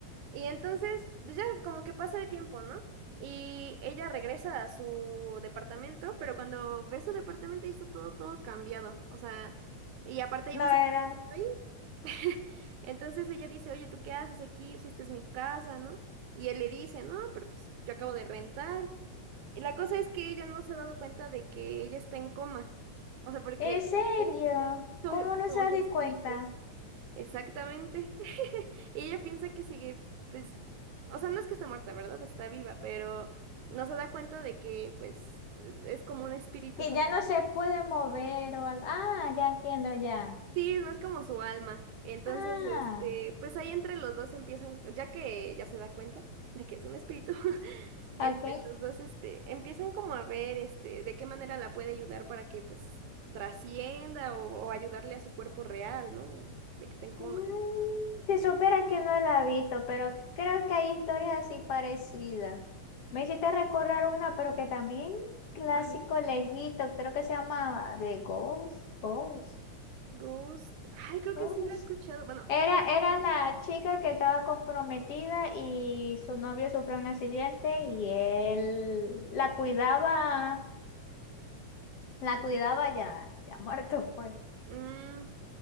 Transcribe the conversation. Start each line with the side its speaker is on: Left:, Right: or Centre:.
Right: Y entonces, pues ya como que pasa el tiempo, ¿no? Y ella regresa a su departamento, pero cuando ve su departamento ya está todo, todo cambiado. O sea, y aparte hay
Left: No
Right: un... cementerio
Left: era.
Right: ahí <laughs> Entonces ella dice, oye, ¿tú qué haces aquí? Si esta es mi casa, ¿no? Y él le dice, no, pero pues yo acabo de rentar. Y la cosa es que ella no se ha dado cuenta de que ella está en coma. O sea, porque
Left: ¿En serio?
Right: lo que es, es como
Left: ¿Cómo
Right: es
Left: no
Right: como
Left: se
Right: su
Left: di
Right: espíritu.
Left: cuenta?
Right: Exactamente. <laughs> Y ella piensa que sigue, pues, o sea, no es que está muerta, ¿verdad? Está viva, pero no se da cuenta de que, pues, es como un espíritu
Left: Que ya no se puede mover o algo. Ah, ya entiendo ya.
Right: Sí, es más como su alma. Entonces,
Left: Ah,
Right: este, pues ahí entre los dos empiezan, ya que ya se da cuenta de que es un espíritu, <laughs> entre
Left: ok.
Right: los dos, este, empiezan como a ver, este, de qué manera la puede ayudar para que, pues, trascienda o, o ayudarle a su cuerpo real, ¿no? De que esté en coma.
Left: Mm, que supera que no la he visto, pero creo que hay historias así parecidas. Me hiciste recordar una, pero que también clásico
Right: Ajá.
Left: lejito, creo que se llama de Ghost, Ghost,
Right: Ghost. Ay, creo
Left: Ghost.
Right: que sí la he escuchado. Bueno,
Left: Era, era la chica que estaba comprometida y su novio sufrió un accidente y él la cuidaba, la cuidaba ya, ya muerto fue.
Right: mm,